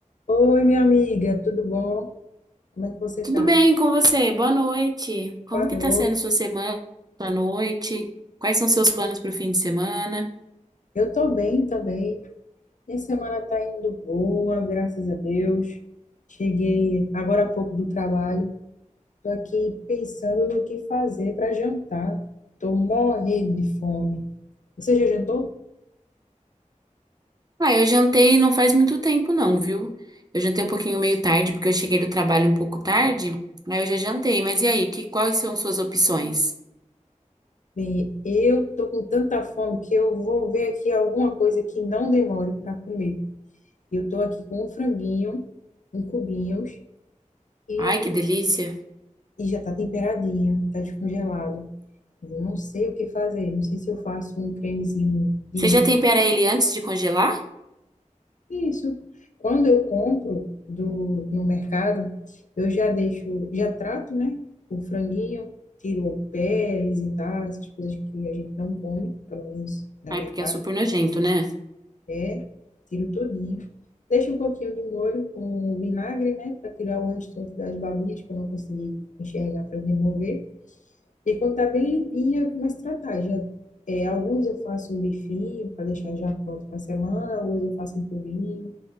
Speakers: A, on the left; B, on the right.
A: Oi, minha amiga, tudo bom? Como é que você
B: Tudo
A: tá?
B: bem com você? Boa noite. Como
A: Boa
B: que
A: noite.
B: tá sendo sua semana, sua noite? Quais são seus planos para o fim de semana?
A: Eu tô bem também. Minha semana tá indo boa, graças a Deus. Cheguei agora há pouco do trabalho. Tô aqui pensando no que fazer para jantar. Tô morrendo de fome. Você já jantou?
B: Ah, eu jantei não faz muito tempo não, viu? Eu jantei um pouquinho meio tarde, porque eu cheguei do trabalho um pouco tarde, aí eu já jantei. Mas e aí, que, quais são suas opções?
A: Bem, eu tô com tanta fome que eu vou ver aqui alguma coisa que não demore para comer. Eu tô aqui com um franguinho, em cubinhos e,
B: Ai, que delícia!
A: e já tá temperadinho, tá descongelado. Eu não sei o que fazer, não sei se eu faço um cremezinho de
B: Você
A: milho.
B: já tempera ele antes de congelar?
A: Isso. Quando eu compro do, no mercado, eu já deixo, já trato, né? O franguinho, tiro a peles e tal, essas coisas que a gente não come, pelo menos na minha
B: Ai, porque
A: casa,
B: é super nojento, né?
A: é, tiro tudinho. Deixo um pouquinho de molho com vinagre, né? Para tirar o restante das babinhas que eu não consegui enxergar para remover. E quando tá bem limpinha, eu começo a tratar. Já, é, alguns eu faço um bifinho para deixar já pronto para semana, alguns eu faço em cubinho,